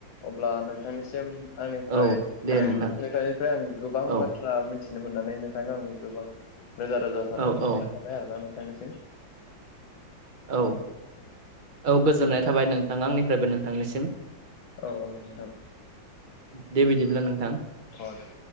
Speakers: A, on the left; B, on the right.
A: अब्ला नों नोंथांनिसिम आंनिफ्राय
B: औ दे
A: नोंथांनिफ्राय
B: नोंथां
A: आं गोबां
B: औ
A: बाथ्रा मिथि थिनो मोननानै नोंथांखौ आं गोबां रोजा रोजा जाथायखौ
B: औ औ
A: बावनाय थाबाय आरो ना नोंथांनिसिम।
B: औ। औ गोजोननाय थाबाय नोंथां आंनिफ्रायबो नोंथांनिसिम।
A: औ औ नोंथां
B: दे बिदिब्ला नोंथां।
A: अ दे।